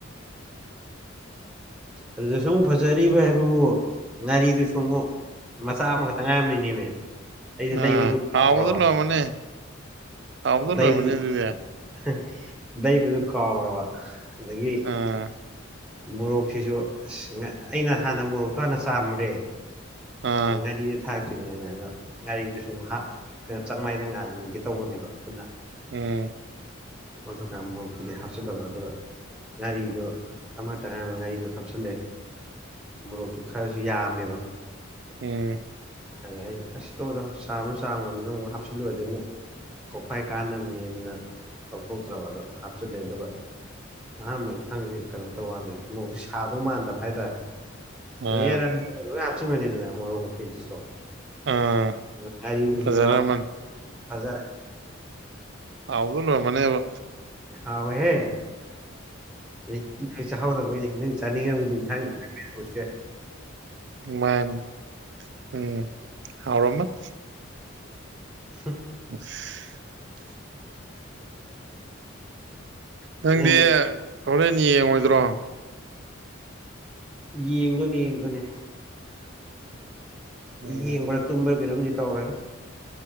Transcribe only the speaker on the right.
ꯑꯥ
ꯍꯥꯎꯕꯗ ꯂꯣꯏꯔꯝꯃꯅꯤ ꯍꯥꯎꯕꯗ
ꯂꯣꯏꯔꯝꯃꯅꯤ ꯑꯗꯨꯗꯤ
ꯑꯥ
ꯑꯥ
ꯎꯝ
ꯎꯝ
ꯑꯥ
ꯑꯥ
ꯐꯖꯔꯝꯃꯅꯤ
ꯍꯥꯎꯕꯅ ꯂꯣꯏꯔꯝꯃꯅꯦꯕ
ꯃꯟꯅꯦ ꯎꯝ ꯍꯎꯔꯝꯃꯅꯤ
ꯎꯁ ꯅꯪꯗꯤ
ꯍꯣꯔꯦꯟ ꯌꯦꯡꯉꯣꯏꯗ꯭ꯔꯣ
ꯎꯝ